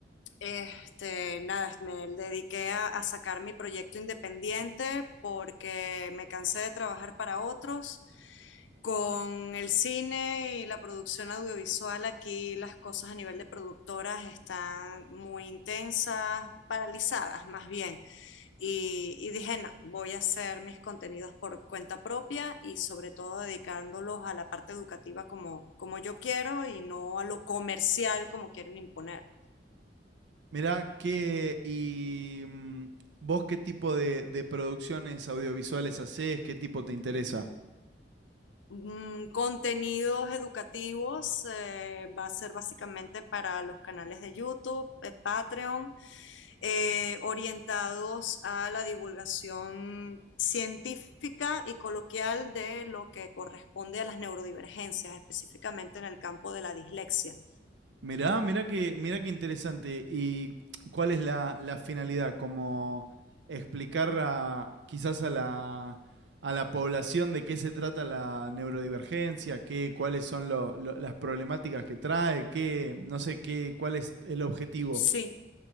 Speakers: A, on the left (about 85°); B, on the right (about 70°).
A: este, nada, me dediqué a, a sacar mi proyecto independiente porque me cansé de trabajar para otros. Con el cine y la producción audiovisual, aquí las cosas a nivel de productoras están muy intensas, paralizadas más bien. Y, y dije, no, voy a hacer mis contenidos por cuenta propia y sobre todo dedicándolos a la parte educativa como, como yo quiero y no a lo comercial como quieren imponer.
B: Mirá qué... ¿Y mm, vos qué tipo de, de producciones audiovisuales hacés? ¿Qué tipo te interesa?
A: Mm, contenidos educativos eh, va a ser básicamente para los canales de YouTube, eh, Patreon, eh, orientados a la divulgación científica y coloquial de lo que corresponde a las neurodivergencias, específicamente en el campo de la dislexia.
B: Mirá, mirá que, mirá qué interesante. ¿Y cuál es la, la finalidad? Como explicar a, quizás a la, a la población de qué se trata la neurodivergencia, qué, cuáles son lo- lo- las problemáticas que trae, qué, no sé, qué, cuál es el objetivo.
A: Sí,